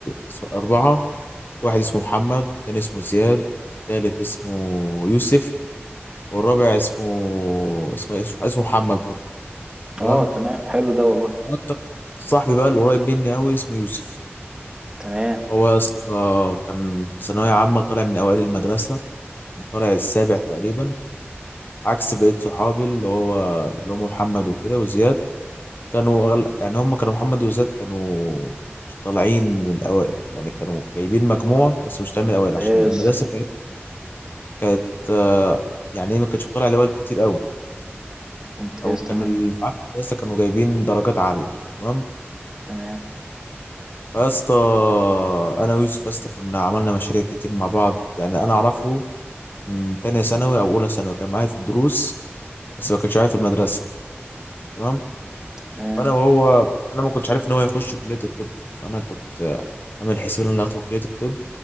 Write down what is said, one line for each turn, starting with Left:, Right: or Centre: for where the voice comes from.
Left: اسم- اربعه واحد اسمه محمد والتاني اسمه زياد والتالت اسمه يوسف والرابع اسمه اسمه اسمه اسمه محمد برضه تمام
Right: اه تمام حلو ده والله
Left: وأكتر صاحبي بقى اللي قريب مني قوي اسمه يوسف
Right: تمام
Left: هو يا اسطى كان في ثانوية عامة طالع من أوائل المدرسة كان طالع السابع تقريبا عكس بقية صحابي اللي هو اللي هم محمد وكده وزياد كانوا أغل... يعني هم كانوا محمد وزياد كانوا مش طالعين من الأوائل يعني كانوا جايبين مجموعة بس مش طالعين
Right: ممتاز
Left: من الأوائل عشان المدرسة كانت كانت آه، يعني إيه، ما كانتش بتطلع الأوائل كتير أوي
Right: ممتاز
Left: أو
Right: تمام
Left: كانوا اللي في المدرسة كانوا جايبين درجات عالية تمام
Right: تمام
Left: فيا اسطى انا ويوسف يا اسطى كنا عملنا مشاريع كتير مع بعض يعني انا اعرفه من تانية ثانوي أو أولى ثانوي كان معايا في الدروس بس ما كانش معايا في المدرسة تمام
Right: تمام
Left: فأنا وهو أنا ما كنتش عارف إن هو هيخش كلية الطب فأنا كنت عامل حسابي إن أنا هدخل كلية الطب